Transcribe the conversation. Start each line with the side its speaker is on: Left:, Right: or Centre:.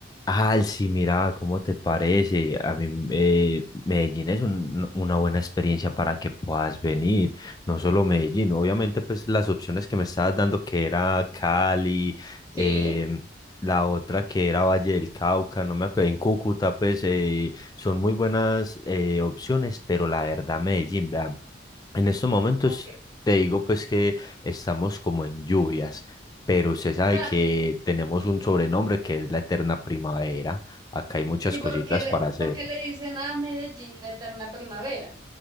Left: Ah, sí, mira, ¿cómo te parece? A mí eh, Medellín es un- una buena experiencia para que puedas venir, no solo Medellín, obviamente pues las opciones que me estabas dando que era Cali, eh,
Right: Sí.
Left: la otra que era Valle del Cauca, no me acuerdo, en Cúcuta pues eh, son muy buenas eh, opciones, pero la verdad Medellín, vean. En estos momentos
Right: Porque,
Left: te digo pues que estamos como en lluvias, pero usted sabe
Right: ah,
Left: que tenemos un
Right: sí.
Left: sobrenombre que es la eterna primavera. Acá hay muchas
Right: ¿Y
Left: cositas
Right: por qué le,
Left: para hacer.
Right: por qué le dicen a Medellín la eterna primavera?